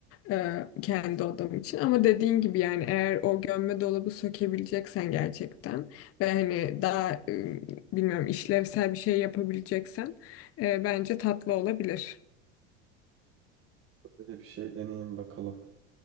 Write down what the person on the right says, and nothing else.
Böyle bir şey deneyeyim bakalım.